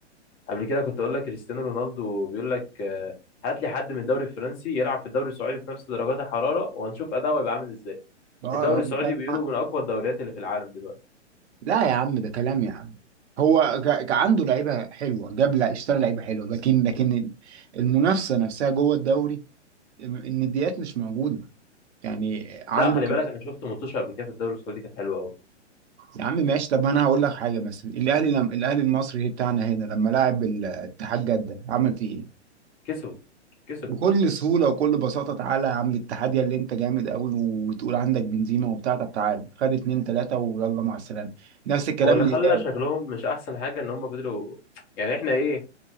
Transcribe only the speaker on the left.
قبل كده كنت اقول لك كريستيانو رونالدو بيقول لك آه، هات لي حد من الدوري الفرنسي يلعب في الدوري السعودي في نفس درجات الحراره وهنشوف اداؤه هيبقى عامل ازاي
الدوري
السعودي
بيقولوا
من اقوى الدوريات اللي في العالم دلوقتي
لا خلي
بالك انا شفت ماتش قبل كده في الدوري السعودي كانت حلوه قوي
كسبوا كسبوا
هو اللي
خلى شكلهم مش احسن حاجه ان هم فضلوا يعني احنا ايه